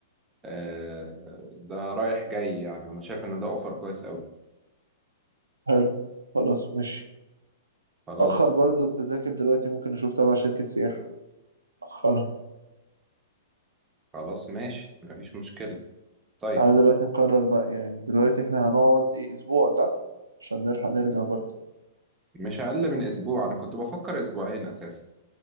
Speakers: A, on the right; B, on the right.
A: آه، ده رايح جاي يعني وانا شايف ان ده اوفر كويس قوي
B: حلو خلاص ماشي
A: خلاص
B: أخر برضه التذاكر دلوقتي ممكن نشوف تبع شركة سياحة أخرها
A: خلاص ماشي مفيش مشكلة طيب
B: تعالى دلوقتي نقرر بقى يعني دلوقتي احنا هنقعد ايه اسبوع صح عشان نلحق نرجع برضه
A: مش أقل من أسبوع أنا كنت بفكر أسبوعين أساسا